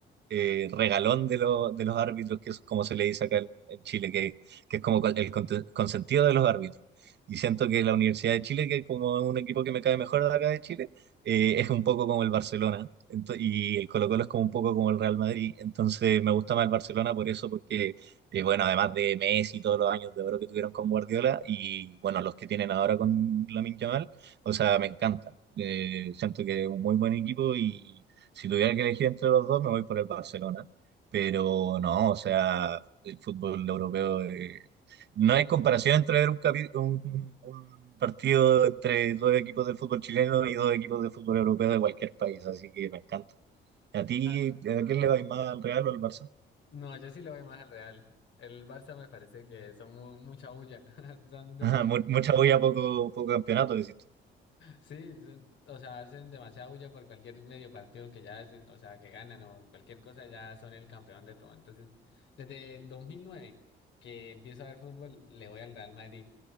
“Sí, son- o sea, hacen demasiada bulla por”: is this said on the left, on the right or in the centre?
Left